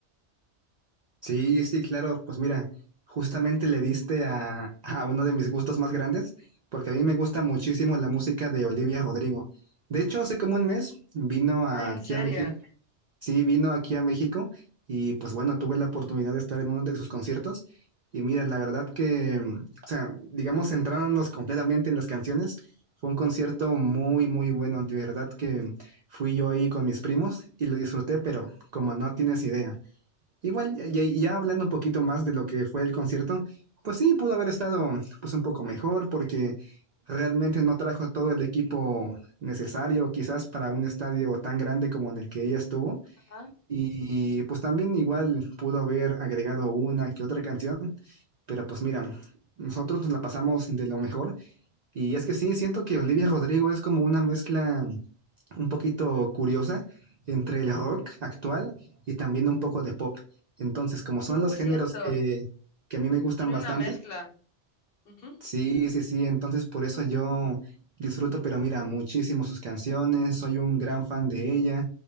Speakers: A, on the right; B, on the left.
A: Sí, sí, claro. Pues mira, justamente le diste a, a uno de mis gustos más grandes, porque a mí me gusta muchísimo la música de Olivia Rodrigo. De hecho, hace como un mes vino aquí
B: Ah, en serio.
A: a México. Sí, vino aquí a México y pues bueno, tuve la oportunidad de estar en uno de sus conciertos. Y mira, la verdad que, mm, o sea, digamos, centrándonos completamente en las canciones, fue un concierto muy, muy bueno. De verdad que fui yo ahí con mis primos y lo disfruté, pero como no tienes idea. Igual, ya, ya- ya hablando un poquito más de lo que fue el concierto, pues sí, pudo haber estado pues un poco mejor porque realmente no trajo todo el equipo necesario quizás para un estadio tan grande como en el que ella estuvo.
B: Ah,
A: Y pues también igual pudo haber agregado una que otra canción, pero pues mira, nosotros nos la pasamos de lo mejor. Y es que sí, siento que Olivia Rodrigo es como una mezcla un poquito curiosa entre el rock actual y también un poco de pop. Entonces, como
B: sí,
A: son los
B: es
A: géneros
B: cierto.
A: que, que a mí me gustan
B: Tiene
A: bastante,
B: una mezcla. Ujú.
A: sí, sí, sí, entonces por eso yo disfruto, pero mira, muchísimo sus canciones, soy un gran fan de ella